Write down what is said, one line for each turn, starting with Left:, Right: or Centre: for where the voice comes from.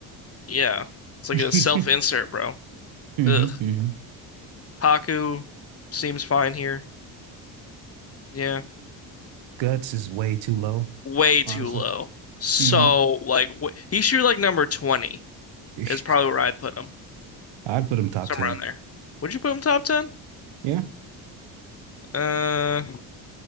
Left: Yeah, it's
Right: <laughs>
Left: like a self-insert,
Right: hmm
Left: bro.
Right: hmm
Left: Ugh. Haku seems fine here. Yeah,
Right: Guts is way too low,
Left: way
Right: honestly.
Left: too low. So
Right: hmm
Left: like wh he should be like number 20
Right: <laughs>
Left: is probably where I'd put him,
Right: I'd put him top
Left: somewhere
Right: 10.
Left: around there. Would you put him top 10?
Right: Yeah.
Left: Uh,